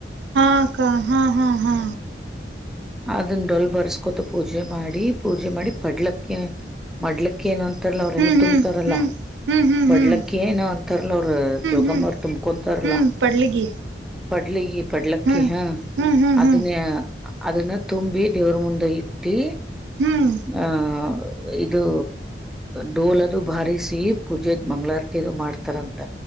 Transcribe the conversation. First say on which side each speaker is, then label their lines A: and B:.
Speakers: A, on the right (about 85°); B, in the centre.
A: ಹಾಾ ಹಾ ಹಾ ಹಾ
B: ಅದನ್ನ ಡೊಲ್ ಬರ್ಸ್ಕೊತ ಪೂಜೆ ಮಾಡಿ ಪೂಜೆ ಮಾಡಿ ಪಡ್ಲಕ್ಕೆ ಮಡ್ಲಕ್ಕೆ ಕೆನೋ ಾರಲ ಅವ್ರ
A: ಹ್ಮ್
B: ಏನ
A: ಹ್ಮ್
B: ತುಂಬ್ತಾರಲ್ಲ
A: ಹ್ಮ್ ಹ್ಮ್
B: ಪಡ್ಲಕ್ಕ
A: ಹ್ಮ್ ಹ್ಮ್
B: ಏನ ಅಂತಾರಲ್ಲ ಅವ್ರ ಜೋಗಮ್ಮ
A: ಹ್ಮ್ ಹ್ಮ್
B: ಅವರು ತುಂಬಕೊಂತಾರಲ್ಲ
A: ಹ್ಮ್ ಪಡ್ಲಿಗಿ
B: ಪಡ್ಲಿ ಬಡ್ಲಕ್ಕಿ
A: ಹ್ಮ್
B: ಹಾ
A: ಹ್ಮ್ ಹ್ಮ್
B: ಅದನ್ನ
A: ಹ್ಮ್
B: ಅದನ್ನ ತುಂಬಿ ದೇವ್ರ ಮುಂದೆ ಇಟ್ಟಿ
A: ಹ್ಮ್
B: ಹ ಇದು ಡೋಲ ಅದು ಬಾರಿಿಸಿ ಪೂಜೆ ಮಂ್ಗಳಾರತಿದು ಮಾಡ್ತಾರಂತ